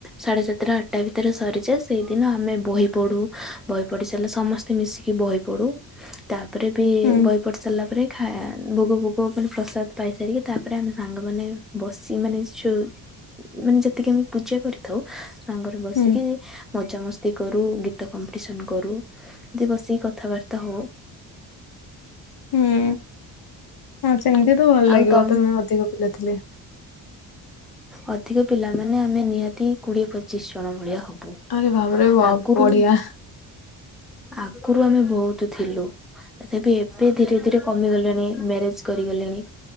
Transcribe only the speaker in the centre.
ସାଢେ ସାତଟା ଆଠଟା ଭିତରେ ସରିଯାଏ। ସେଇଦିନ ଆମେ ବହି ପଢୁ, ବହି ପଢି ସାରିଲେ ସମସ୍ ତେ ମିଶିକି ବହି ପଢୁ, ତାପରେ ବି
ବହି ପଢି ସାରିଲା ପରେ ଖା ଭୋଗ ଭୋଗ ମାନେ ପ୍ରସାଦ ପାଇସାରିକି ତାପରେ ଆମେ ସାଙ୍ଗମାନେ ବସି ମାନେ ଚୋ, ମାନେ ଯେତିକି ଆମେ ପୂଜା କରିଥାଉ ସାଙ୍ଗରେ ବସିକି
ମଜାମସ୍ କରୁ ଗୀତ କମ୍ପିଟିସନ କରୁ, ଏମିତି ବସିକୁ କଥାବାର୍ତ୍ତା ହଉ।
ଆଉ
ତମ
ଅଧିକ ପିଲାମାନେ ଆମେ ନିହାତି କୋଡିଏ ପଚିଶ ଜଣ ଭଳିଆ ହଉ।
ଆଗୁରୁ
ଆଗରୁ ଆମେ ବୋହୁତ ଥିଲୁ। ତଥାପି ଏବେ ଧୀରେ ଧୀରେ କମିଗଲେଣି, ମ୍ୟାରେଜ କରିଗଲେଣି।